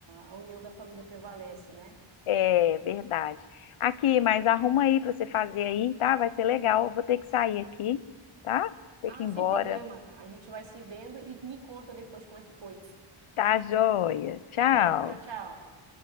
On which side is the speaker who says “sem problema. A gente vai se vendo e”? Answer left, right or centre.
Right